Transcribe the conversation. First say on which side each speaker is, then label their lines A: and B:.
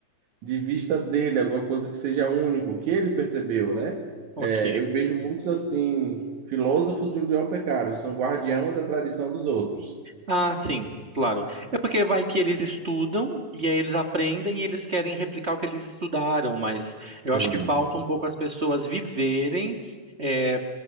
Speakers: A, on the right; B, on the right.
A: de vista dele, alguma coisa que seja único, que ele percebeu, né?
B: Ok.
A: É, eu vejo muitos assim, filósofos bibliotecários, são guardião da tradição dos outros.
B: Ah, sim, claro. É porque vai que eles estudam e aí eles aprendem e eles querem replicar o que eles estudaram, mas eu
A: Sim,
B: acho que falta um pouco as pessoas viverem, é,